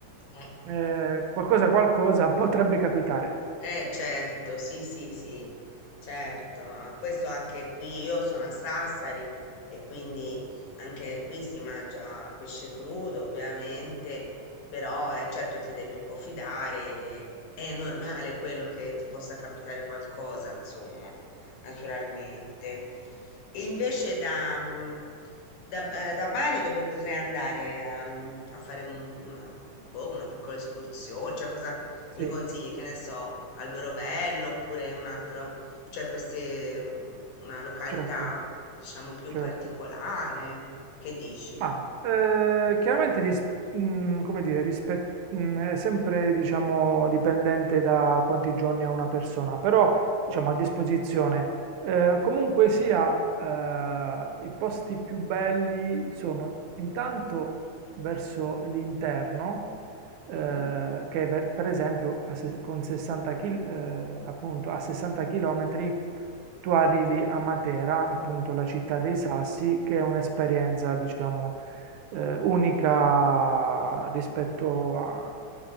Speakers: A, on the left; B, on the right.
A: Eh.
B: eh, qualcosa, qualcosa <laughs> potrebbe capitare.
A: Eh, certo, sì, sì, sì, certo. ah, Questo anche qui, io sono a Sassari e quindi anche qui si mangia pesce crudo, ovviamente, però eh, certo ti devi un po' fidare, è normale quello che ti possa capitare qualcosa, insomma, naturalmente. E invece da, mm, da, eh, da Bari dove potrei andare ehm, a, fare un- una, boh, una piccola escursione, cioè cosa
B: Sì,
A: mi consigli, che ne so, Alberobello oppure un altro, cioè queste, mm, una località,
B: certo,
A: diciamo, più
B: certo.
A: particolare? Che dici?
B: Ma eh, chiaramente ris- mh, come dire, rispe- mh, è sempre diciamo, dipendente da quanti giorni ha una persona, però diciamo, a disposizione. Eh, comunque sia, eh, i posti più belli sono intanto verso l'interno, eh,
A: Mhm.
B: che è ver- per esempio a se- con 60 kil- eh, appunto, a 60 km tu arrivi a Matera, appunto la città dei sassi, che è un'esperienza, diciamo, eh, unica rispetto a,